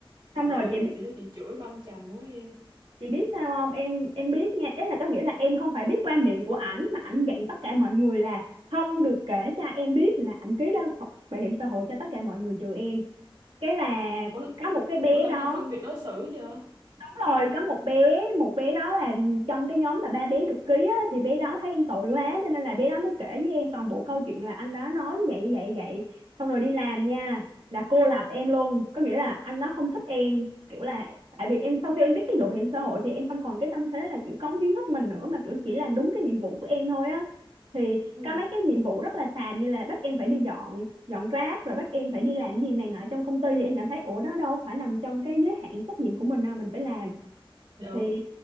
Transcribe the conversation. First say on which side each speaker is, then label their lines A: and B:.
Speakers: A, on the right (about 85°); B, on the right (about 60°).
A: xong
B: Trời
A: rồi
B: ơi,
A: chị
B: gặp chị đó chị chửi banh chành quá em.
A: chị biết sao không em em biết nha ý là có nghĩa là em không phải biết qua miệng của ảnh mà ảnh dặn tất cả mọi người là không được kể cho em biết là ảnh ký lao bảo hiểm xã hội cho tất cả mọi người trừ em cái là
B: Ủa,
A: có một cái bé
B: ủa làm
A: đó
B: gì phân biệt đối xử vậy?
A: đúng rồi có một bé một bé đó là trong cái nhóm mà ba bé được ký á, thì bé đó thấy em tội quá cho nên là bé đó mới kể với em toàn bộ câu chuyện là anh đó nói như vậy như vậy như vậy xong rồi đi làm nha là cô lập em luôn có nghĩa là anh đó không thích em kiểu là tại vì em sau khi em biết cái vụ bảo hiểm xã hội thì em không còn cái tâm thế là kiểu cống hiến hết mình nữa mà kiểu chỉ làm đúng cái nhiệm vụ của em thôi á thì
B: Ừ.
A: có mấy cái nhiệm vụ rất là xàm như là bắt em phải đi dọn dọn rác rồi bắt em phải đi làm gì này nọ trong công ty thì em cảm thấy ủa đó đâu phải nằm trong cái giới hạn trách nhiệm của mình đâu mình phải làm
B: Đúng.
A: thì